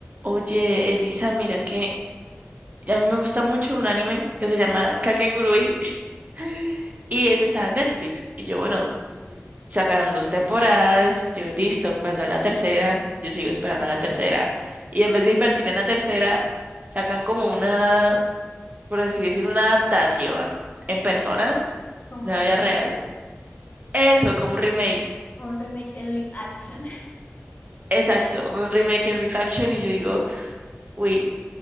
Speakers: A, on the right (about 35°); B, on the left (about 40°).
A: Oye, Elisa, mira que a mí me gusta mucho un anime que se llama Kakegurui <laughs> y ese está en Netflix. Y yo, bueno,
B: Sí.
A: sacaron dos temporadas, yo listo, cuando la tercera, yo sigo esperando la tercera. Y en vez de invertir en la tercera, sacan como una, por así decir, una adaptación en personas
B: Como
A: de la
B: un remake,
A: vida real. Eso, como un remake.
B: un remake en live action.
A: Exacto, un remake en live action y yo digo, uy.